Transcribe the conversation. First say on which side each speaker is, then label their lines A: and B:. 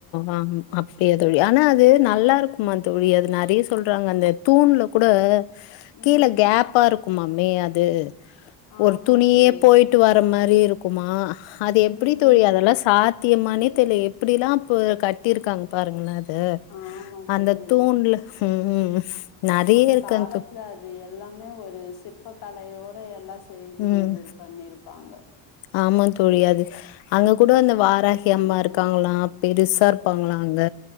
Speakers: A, on the left (about 80°); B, on the left (about 55°).
A: ஆ அப்டியா தோழி ஆனா அது நல்லாருக்குமா தோழி அது நறைய சொல்றாங்க அந்த தூண்ல கூட கீழ
B: ம்
A: கேப்பா இருக்கு மாமே அது
B: ஆமா
A: ஒரு துணியே
B: தோழி
A: போயிட்டு வர மாரி இருக்குமா அது
B: ம்
A: எப்டி தோழி
B: ம்
A: அதெல்லா சாத்தியமானே தெரில எப்டிலா இப்ப கட்டியிருக்காங்க பாருங்களே அ
B: ஆமா
A: அந்த
B: தோழி
A: தூண்ல ம் ம் நறைய
B: அந்த
A: இருக்கு
B: காலத்துல
A: அந் தூண்
B: அது எல்லாமே ஒரு சிற்ப கலையோட எல்லா சேந்து
A: ம்
B: இது பண்ணிருப்பாங்க
A: ஆமா தோழி அது அங்க கூட அந்த வாராகி அம்மா இருக்காங்களா பெருசா இருப்பாங்களா அங்க